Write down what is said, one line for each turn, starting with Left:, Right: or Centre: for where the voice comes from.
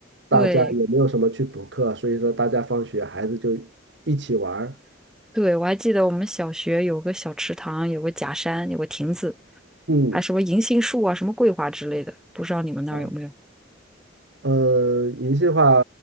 Right: 大家也没有什么去补课，
Centre: <laughs> 对。
Right: 所以说大家放学孩子就一起玩儿，
Centre: 对，我还记得我们小学有个小池塘，有个假山，有个亭子，
Right: 嗯。
Centre: 还什么银杏树啊，什么桂花之类的，不知道你们那儿有没有？
Right: 啊呃，银杏的话，